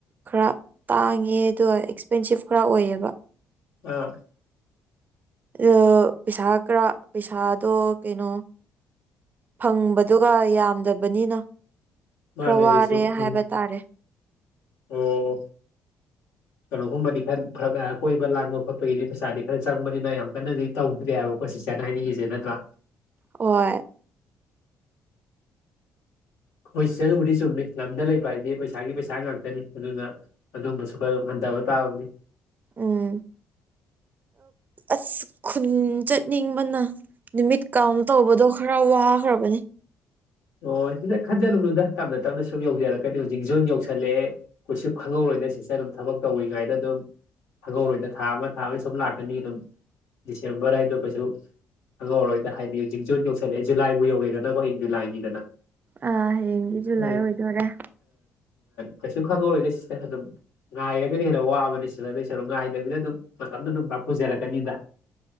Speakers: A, on the right; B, on the left.
A: ꯈꯔ ꯇꯥꯡꯉꯦ ꯑꯗꯨꯒ ꯑꯦꯛꯁꯄꯦꯟꯁꯤꯞ ꯈꯔ ꯑꯣꯏꯌꯦꯕ
B: ꯑꯥ
A: ꯑ ꯄꯤꯁꯥ ꯀꯔ ꯄ ꯄꯩꯁꯥꯗꯣ ꯀꯩꯅꯣ ꯐꯪꯕꯗꯨꯒ ꯌꯥꯝꯗꯕꯅꯤꯅ
B: ꯃꯥꯅꯦ
A: ꯈꯔ ꯋꯥꯔꯦ
B: ꯑꯗꯨꯁꯨ
A: ꯍꯥꯏꯕ
B: ꯎꯝ
A: ꯇꯥꯔꯦ
B: ꯑꯣ
A: <inaudible>
B: ꯀꯩꯅꯣꯒꯨꯝꯕꯗꯤ ꯈꯔꯔ ꯑ ꯀꯣꯏꯕ ꯂꯥꯡꯕ ꯈꯣꯠꯄꯒꯤꯗꯤ ꯄꯩꯁꯥꯗꯤ ꯈꯔ ꯆꯪꯕꯅꯤꯅ ꯌꯥꯝ ꯀꯟꯅꯗꯤ ꯇꯧꯗ꯭ꯔꯦ ꯍꯥꯏꯕꯀꯣ ꯁꯤꯁꯦ ꯅ ꯍꯥꯏꯅꯤꯡꯉꯤꯁꯦ ꯅꯠꯇ꯭ꯔꯥ
A: ꯍꯣꯏ
B: ꯍꯣꯏ ꯆ ꯑꯗꯨꯕꯨꯗꯤ ꯆꯨꯝꯃꯤ ꯂꯝꯗ ꯂꯩꯕ ꯍꯥꯏꯗꯤ ꯄꯩꯁꯥꯒꯤ ꯄꯩꯁꯥ ꯉꯥꯛꯇꯅꯤ ꯑꯗꯨꯅ ꯑꯗꯨꯝꯕꯁꯨ ꯈꯔ ꯑꯗꯨꯗꯕ ꯇꯕꯅꯤ
A: ꯎꯝ ꯑꯁ ꯈꯨꯟ ꯆꯠꯅꯤꯡꯕꯅ ꯅꯨꯃꯤꯠ ꯀꯥꯎꯟ ꯇꯧꯕꯗꯣ ꯈꯔ ꯋꯥꯈ꯭ꯔꯕꯅꯤ
B: ꯑꯣ ꯁꯤꯗ ꯈꯟꯖꯅꯨꯅꯨꯗ ꯇꯞꯅ ꯇꯞꯅ ꯁꯨꯝ ꯌꯧꯖꯔꯛꯀꯅꯤ ꯍꯧꯖꯤꯛ ꯖꯣꯟ ꯌꯧꯁꯜꯂꯛꯑꯦ ꯀꯈꯣꯏꯁꯨ ꯈꯪꯍꯧꯔꯦ ꯑꯩꯈꯣꯏꯗꯩ ꯁꯤꯁꯦ ꯑꯗꯨꯝ ꯊꯕꯛ ꯇꯧꯔꯤꯉꯩꯗ ꯑꯗꯨꯝ ꯈꯪꯍꯧꯔꯣꯏꯗ ꯊꯥ ꯑꯃ ꯊꯥ ꯑꯃ ꯁꯨꯝ ꯂꯥꯛꯀꯅꯤ ꯑꯗꯨꯝ ꯁꯦ ꯔꯏꯗꯣ ꯄꯁꯨ ꯑꯉꯧꯔꯣꯏꯗ ꯍꯥꯏꯗꯤ ꯍꯧꯖꯤꯛ ꯖꯣꯏ ꯌꯧꯁꯂꯑ ꯖꯨꯂꯥꯏꯕꯨ ꯌꯧꯔꯤꯗꯅꯀꯣ ꯍ ꯨꯂꯥꯏꯅꯤ
A: ꯑꯥ ꯍꯌꯦꯡꯗꯤ ꯖꯨꯂꯥꯏ
B: ꯑ
A: ꯑꯣꯏꯗꯣꯔꯦ
B: ꯀꯩꯁꯨ ꯈꯪꯍꯧꯔꯤ ꯅ ꯁꯤꯗ ꯑꯗꯨꯝ ꯉꯥꯏꯔꯒꯅ ꯍꯦꯟꯅ ꯋꯥꯕꯅꯤ ꯁꯤꯗ ꯑꯗꯨ ꯁꯔꯨ ꯉꯥꯏꯗꯕꯤꯅ ꯑꯗꯨꯝ ꯃꯇꯝꯗ ꯑꯗꯨꯝ ꯄ ꯄꯨꯖꯦꯔ ꯀꯅꯤꯗ